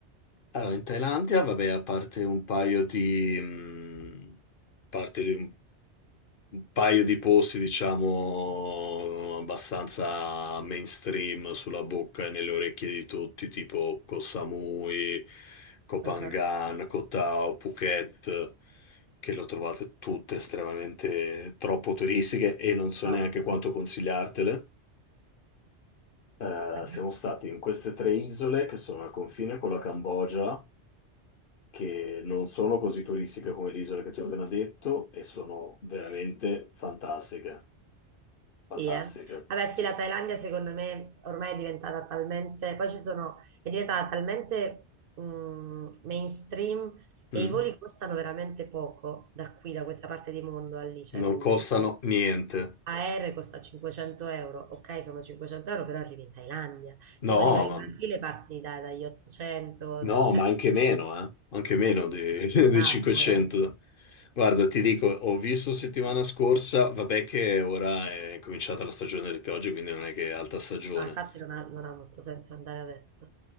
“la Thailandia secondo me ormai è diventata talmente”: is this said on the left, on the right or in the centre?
Right